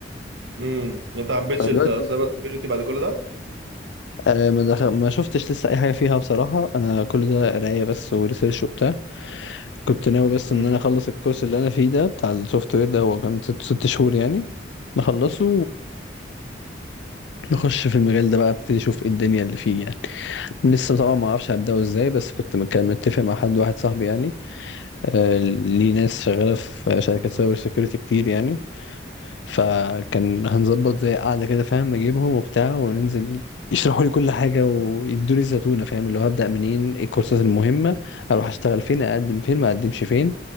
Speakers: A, on the right; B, on the left.
A: امم انت ما حبيتش
B: فدلوقتي
A: السايبر سيكيورتي بعد كل ده
B: آه ما دخل ما شفتش لسه اي حاجه فيها بصراحه انا كل ده قرايه بس وريسيرش وبتاع كنت ناوي بس
A: امم
B: ان انا اخلص الكورس اللي انا فيه ده بتاع السوفت وير ده هو كان ست ست شهور يعني نخلصه ونخش في المجال ده بقى ابتدي اشوف ايه الدنيا اللي فيه يعني لسه طبعا ما اعرفش هبداه ازاي بس كنت مك- متفق مع حد واحد صاحبي يعني آه، ليه ناس شغالة في شركات سايبر سيكيورتي كتير يعني فكان هنظبط زي قعدة كده فاهم اجيبهم وبتاع وننزل يشرحوا لي كل حاجة ويدوني الزتونة فاهم اللي هو هبدأ منين ايه الكورسات المهمة اروح اشتغل فين اقدم فين ما اقدمش فين